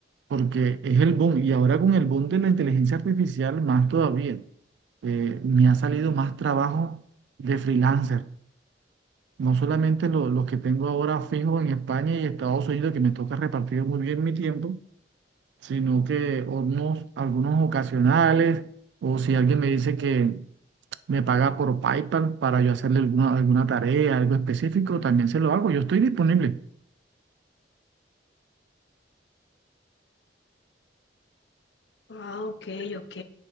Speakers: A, on the right; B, on the left.
A: porque es el boom. Y ahora con el boom de la inteligencia artificial, más todavía. Eh, me ha salido más trabajo de freelancer. No solamente lo- los que tengo ahora fijos en España y Estados Unidos, que me toca repartir muy bien mi tiempo, sino que unos, algunos ocasionales, o si alguien me dice que me paga por PayPal para yo hacerle alguna, alguna tarea, algo específico, también se lo hago, yo estoy disponible.
B: Ah, ok, ok.